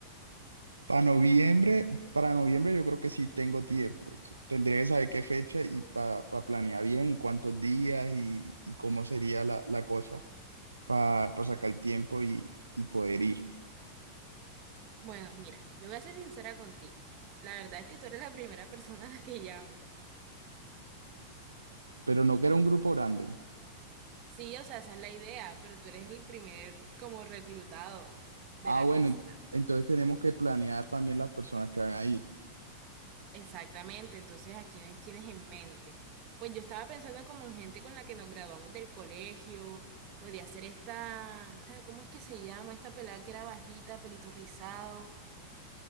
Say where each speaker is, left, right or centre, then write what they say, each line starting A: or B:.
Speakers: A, on the right; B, on the right.
A: Para noviembre, para noviembre yo creo que sí tengo tiempo. Tendría que saber qué fecha y para planear bien y cuántos días y, y cómo sería la, la cosa para sacar tiempo y, y poder ir.
B: Bueno, mira, yo voy a ser sincera contigo. La verdad es que tú eres la primera persona a la que llamo.
A: Pero no que era un grupo grande,
B: Sí, o sea, esa es la idea, pero tú eres el primer como reclutado de
A: Ah,
B: la
A: bueno,
B: lista.
A: entonces tenemos que planear también las personas que van a ir.
B: Exactamente, entonces ¿a quiénes tienes en mente? Pues yo estaba pensando como en gente con la que nos graduamos del colegio, podría ser esta, esta, ¿cómo es que se llama? Esta pelada que era bajita, pelito rizado,